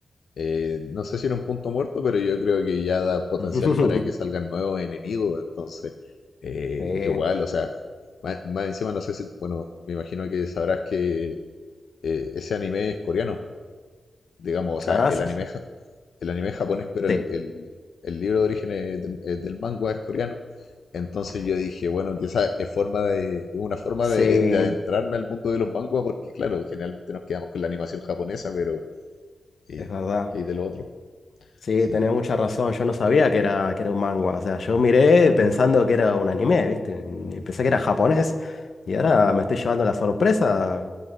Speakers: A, on the left; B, on the left.
A: eh, no sé si en un punto muerto, pero yo creo que ya da potencial
B: <laughs>
A: para que salgan nuevos enemigos, entonces eh,
B: Eh,
A: yo igual, o sea, más, más encima no sé si, bueno, me imagino que sabrás que eh, ese anime es coreano. digamos, o sea,
B: ah,
A: el
B: sí,
A: anime, ja- el anime es japonés, pero el,
B: sí,
A: el- el libro de origen es de- es del manga es coreano. Entonces yo dije, bueno, quizás es forma de, una forma
B: sí,
A: de, de adentrarme al mundo de los manguas, porque claro, generalmente nos quedamos con la animación japonesa, pero eh,
B: es verdad.
A: ¿qué hay de lo otro?
B: Sí,
A: Sí,
B: tenés mucha razón. Yo no sabía que era, que era un manga. O sea, yo miré pensando que era un anime, ¿viste? Ni- Pensé que era japonés. Y ahora me estoy llevando la sorpresa